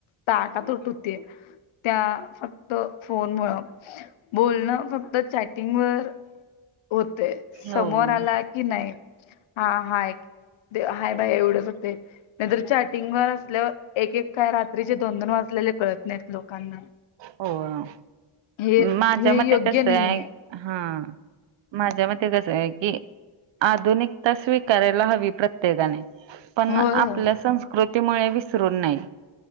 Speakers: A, on the left (about 70°); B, on the right (about 60°).
A: ताट तोट होते त्या फक्त फोन मु बोलणं फक्त चॅ िंग वर होते समोर
B: हो
A: आला की नाही हा हा एक ते हाय बाय एवढंच हो ते नाहीतर चॅटिंग वर असल्यावर एक एक काय रात्रीचे दोन दोन वाजलेले कळत लोकांना
B: हो
A: हे
B: माझ्या
A: हे
B: मते
A: योग्य
B: कसं
A: नाहीय
B: आहे हा माझ्या मते कस आहे कि आधुनिकता स्वीकारायला हवी प्रत्येकाने पण आपल्या
A: होय होय
B: संस्कृतीमुळे विसरून नाही